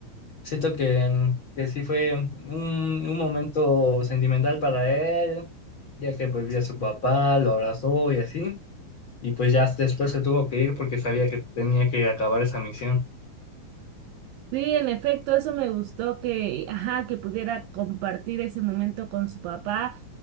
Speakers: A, on the left; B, on the right.
A: siento que, que sí fue un, un momento sentimental para él, ya que pues vio a su papá, lo abrazó y así y pues ya después se tuvo que ir porque sabía que tenía que acabar esa misión.
B: Sí, en efecto, eso me gustó que, ajá, que pudiera compartir ese momento con su papá